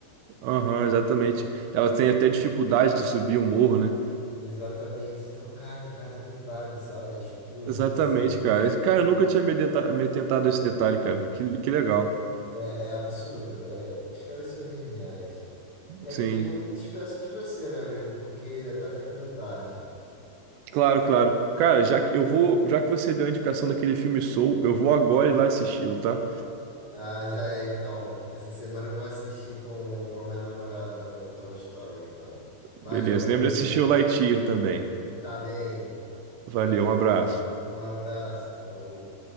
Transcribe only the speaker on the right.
Aham, exatamente. Ela tem até dificuldade de subir um morro, né?
Exatamente,
cara. Esse- Cara, eu nunca tinha me, denta- me atentado a esse detalhe, cara. Que, que legal.
Sim.
Claro, claro. Cara, já que eu vou, já que você deu a indicação daquele filme Soul, eu vou agora ir lá assisti-lo, tá?
Beleza.
Lembra de assistir o Lightyear também.
Valeu,
um abraço.